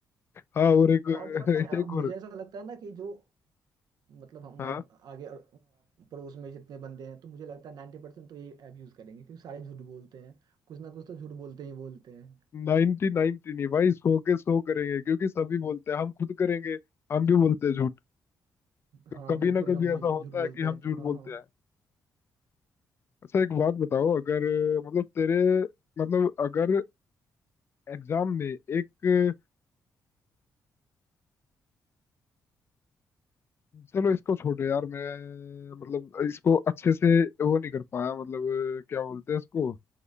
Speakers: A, on the left; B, on the right.
A: हाँ और एक <laughs>
B: और पता है
A: एक
B: मुझे
A: और
B: ऐसा लगता है ना कि जो मतलब हमारे
A: हाँ
B: आगे अर- पड़ोस में जितने बंदे हैं तो मुझे लगता है नाइन्टी परसेंट तो ये ऐप यूज़ करेंगे क्योंकि सारे झूठ बोलते हैं कुछ ना कुछ तो झूठ बोलते ही बोलते हैं
A: नाइनटी नाइनटी नहीं भाई सौ के सौ करेंगे क्योंकि सभी बोलते हैं हम खुद करेंगे हम भी बोलते हैं झूठ तो
B: हाँ
A: कभी
B: बिल्कुल
A: ना कभी
B: हम भी
A: ऐसा
B: झूठ
A: होता
B: बोलते
A: है कि हम
B: हैं
A: झूठ
B: तो हाँ
A: बोलते
B: हाँ
A: हैं अच्छा एक बात बताओ अगर मतलब तेरे मतलब अगर एग्जाम में एक चलो इसको छोड़ो यार मैं मतलब इसको अच्छे से वो नहीं कर पाया मतलब क्या बोलते हैं इसको